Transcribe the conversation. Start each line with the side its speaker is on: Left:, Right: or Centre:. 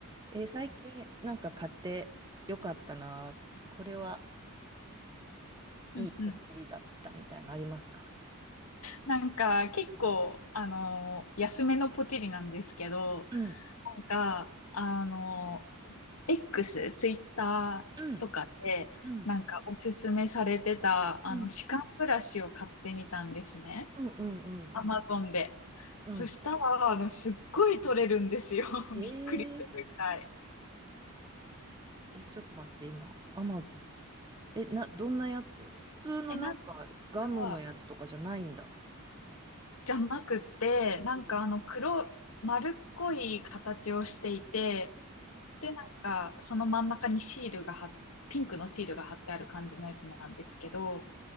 Right: えー、最近なんか買ってよかったな、これは
Left: うんうん。
Right: いいこっりだったみたいなのありますか
Left: なんか、結構、
Right: うん、
Left: あのー安めのポチリなんですけど、
Right: うん、
Left: なんか、あのー X、ツイッターとかで、
Right: うん、うん、
Left: なんかおすすめされてた、あの、
Right: うん、
Left: 歯間ブラシを買ってみたんですね。
Right: うん、うん。
Left: アマゾンで。
Right: うん
Left: そしたら、あの、すっごい取れるんですよ。<laughs>
Right: えー、
Left: びっくりするくらい。
Right: え、ちょっと待って、今、アマゾン。え、な、どんなやつ普通のなんかガムのやつとかじゃないんだ。
Left: え、なんか、じゃなくて、なんかあの黒、
Right: うん、
Left: 丸っこい形をしていて、で、なんか、その真ん中にシールが貼っ、ピンクのシールが貼ってある感じのやつなんですけど、